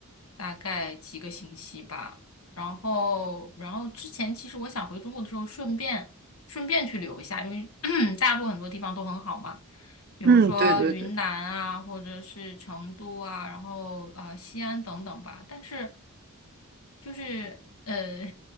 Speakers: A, on the left (about 85°); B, on the right (about 45°).
A: 大概几个星期吧，然后然后之前其实我想回中国的时候顺便顺便去旅游一下，因为 <clears throat> 大陆很多地方都很好嘛，比如说云南啊，
B: 嗯，对对对，
A: 或者是成都啊，然后呃西安等等吧，但是就是呃。